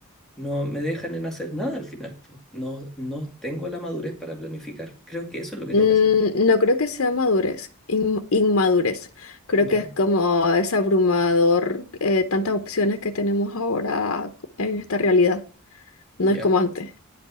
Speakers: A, in the centre; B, on the left.
A: no me dejan en hacer nada al final. pues. No, no tengo la madurez para planificar. Creo que eso es lo que
B: mm,
A: tengo que hacer.
B: no creo que sea madurez, in- inmadurez. Creo
A: Ya,
B: que es como es abrumador eh, tantas opciones que tenemos ahora en esta realidad. No
A: ya,
B: es como antes.